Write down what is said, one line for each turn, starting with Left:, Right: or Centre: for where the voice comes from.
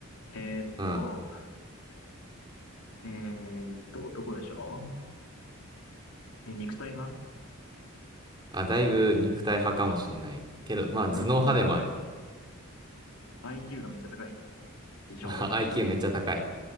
Left: えーっと、
Right: うん。
Left: えーっと、男でしょえ、肉体派
Right: あ、だいぶ肉体派かもしんない。けど、まあ、
Left: だいぶに、
Right: 頭脳派でもある。
Left: IQ がめっちゃ高い。自称の。
Right: <laughs> あ IQ めっちゃ高い。